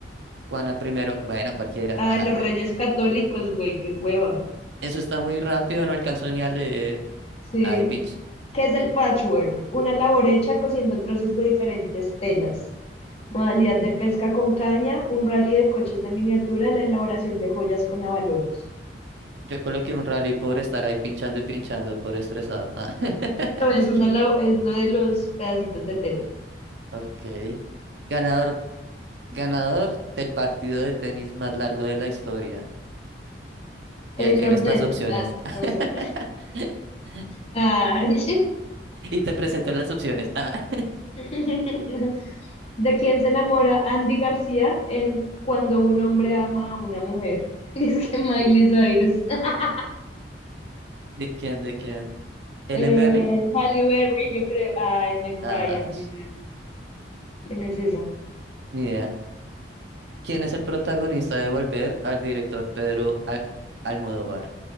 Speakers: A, on the right; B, on the left.
A: Juana primero, bueno, cualquiera.
B: Ah,
A: Ah,
B: los Reyes Católicos, güey, qué hueva.
A: Eso está muy rápido, no alcanzo ni a leer.
B: Sí.
A: Ay, pinche.
B: ¿Qué es el patchwork? Una labor hecha cosiendo trozos de diferentes telas. Modalidad de pesca con caña, un rally de coches de miniatura, la elaboración de joyas con abalorios.
A: Yo coloqué un rally por estar ahí pinchando y pinchando, por estresado. Ah. <laughs>
B: No, es, una, lab- es lo de los pedacitos de tela.
A: Ok. Ganador, ganador del partido de tenis más largo de la historia.
B: Taylor
A: Y ahí tienes
B: Dent,
A: las opciones.
B: ah,
A: <laughs>
B: no sé. Ay.
A: Y te presento las opciones. Ah.
B: <laughs> ¿De quién se enamora Andy García en Cuando un hombre ama a una mujer? <laughs> Dice que Miley Cyrus. <laughs>
A: <laughs> ¿De quién? ¿De quién? ¿Ellen
B: Eh,
A: Berry?
B: Halle Berry, yo creo. Ay, Meg Ryan,
A: Ah,
B: ni
A: sh-
B: idea. ¿Quién es esa?
A: ni idea. ¿Quién es el protagonista de Volver al director Pedro Al- Almodóvar?